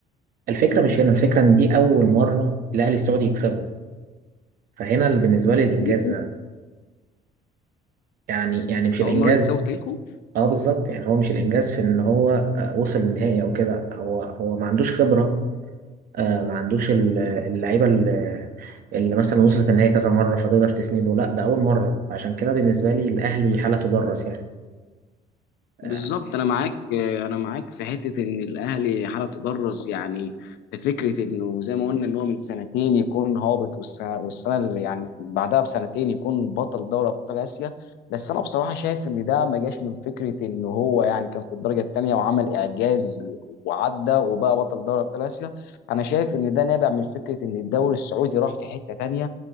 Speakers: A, on the right; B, on the left.
A: الفكرة مش هنا الفكرة ان دي اول مرة الاهلي السعودي يكسبه فهنا اللي بالنسبة لي الانجاز
B: تاريخه
A: ده يعني يعني مش الانجاز
B: اول مره يكسبوا في تاريخه
A: اه بالظبط يعني هو مش الانجاز في ان هو آه، وصل للنهائي او كده هو هو ما عندوش خبرة آه، ما عندوش ال- اللعيبه اللي, اللي مثلا وصلت النهائي كذا مره فتقدر تسنده لا ده اول مره فعشان كده بالنسبه لي الاهلي حاله تدرس يعني آه،
B: بالظبط انا معاك انا معاك في حته ان الاهلي حاله تدرس يعني في فكره انه زي ما قلنا ان هو من سنتين يكون هابط والسنه والسنه اللي يعني بعدها بسنتين يكون بطل دوري ابطال اسيا بس انا بصراحه شايف ان ده ما جاش من فكره ان هو يعني كان في الدرجه الثانيه وعمل اعجاز وعدى وبقى بطل دوري ابطال اسيا انا شايف ان ده نابع من فكره ان الدوري السعودي راح في حته تانيه